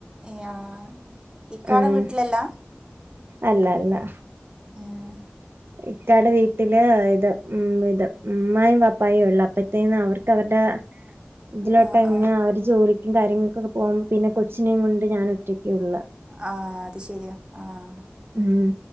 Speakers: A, on the right (about 20°); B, on the right (about 65°).
A: യാ ആഹ് ഇക്കാടെ
B: ഉം
A: വീട്ടിലല്ലാ
B: അല്ല അല്ല
A: ഏഹ്
B: ഇക്കാടെ വീട്ടില് ഇത് ഉം ഇത് അമ്മായും പാപ്പായും ഉള്ള് അപ്പത്തേന്ന് അവർക്ക് അവരുടെ
A: <inaudible>
B: ഇതിലോട്ട് എങ്ങനെ
A: ആ
B: അവര് ജോലിക്കും കാര്യങ്ങൾക്കൊക്കെ പോകുമ്പോ പിന്നെ കൊച്ചിനേം കൊണ്ട് ഞാൻ ഒറ്റയ്ക്കൊള്ളു
A: ആഹ് അത് ശരിയാ ആഹ്
B: ഉം